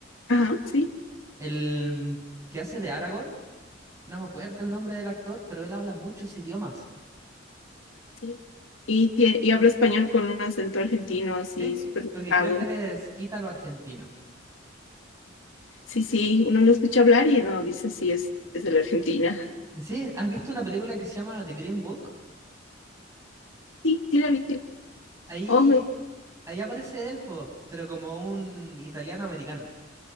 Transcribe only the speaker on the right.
El que hace de Aragorn. No me acuerdo el nombre del actor, pero él habla muchos idiomas.
Sí,
porque
creo que él es ítalo-argentino.
Sí, ¿has visto una película que se llama The Green Book?
Ahí,
ahí aparece él, po, pero como un italiano-americano.